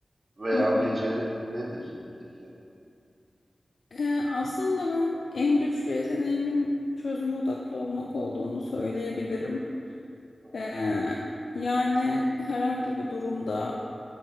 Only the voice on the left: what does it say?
hı hı.
Ee, aslında ben en güçlü yeteneğimin çözüm odaklı olmak olduğunu söyleyebilirim.
Ee, yani herhangi bir durumda